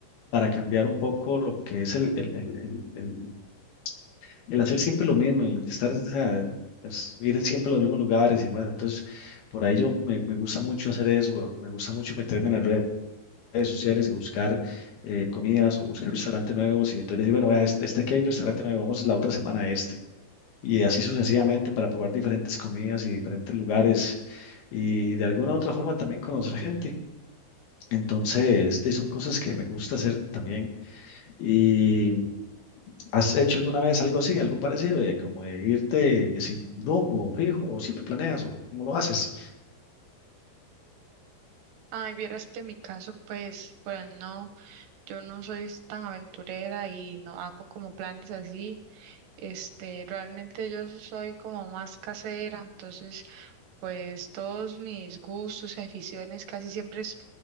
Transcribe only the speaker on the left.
para cambiar un poco lo que es el, el, el, el- el- el hacer siempre lo mismo, el estar, o sea, es ir siempre a los mismos lugares y demás. Entonces, por ahí yo me, me gusta mucho hacer eso, me gusta mucho meterme en las redes. sociales y buscar eh, comidas o buscar restaurantes nuevos y entonces decir, bueno, vea, este, este aquí hay un restaurante nuevo, vamos la otra semana a este y así sucesivamente para probar diferentes comidas y diferentes lugares y de alguna u otra forma también conocer gente. Entonces, de- son cosas que me gusta hacer también. Y, ¿Has hecho alguna vez algo así, algo parecido, de como de irte sin rumbo fijo o siempre planeas o cómo lo haces?